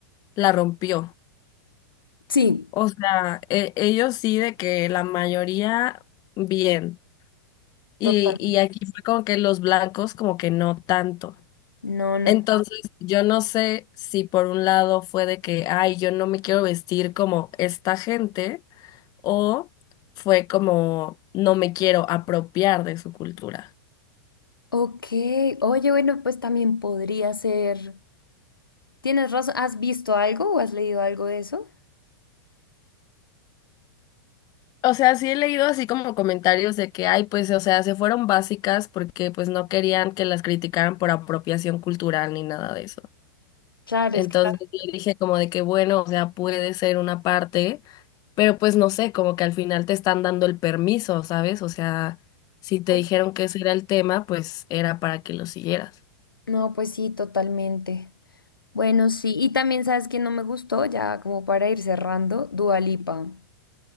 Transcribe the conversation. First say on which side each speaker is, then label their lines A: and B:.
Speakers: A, on the left; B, on the left.
A: la rompió,
B: Sí,
A: o sea, e- ellos sí de que la mayoría bien, y,
B: totalmente.
A: y aquí fue como que los blancos como que no tanto.
B: No, no.
A: Entonces, yo no sé si por un lado fue de que, ay, yo no me quiero vestir como esta gente, o fue como, no me quiero apropiar de su cultura.
B: Ok. Oye, bueno, pues también podría ser. ¿Tienes razón? ¿Has visto algo o has leído algo de eso?
A: O sea, sí he leído así como comentarios de que, ay, pues, o sea, se fueron básicas porque pues no querían que las criticaran por apropiación cultural ni nada de eso.
B: Claro,
A: Entonces
B: es que tal-
A: yo dije como de que bueno, o sea, puede ser una parte, pero pues no sé, como que al final te están dando el permiso, ¿sabes? O sea, si te
B: pues-
A: dijeron que ese era el tema, pues era para que lo siguieras.
B: No, pues sí, totalmente. Bueno, sí. Y también sabes que no me gustó, ya como para ir cerrando, Dua Lipa.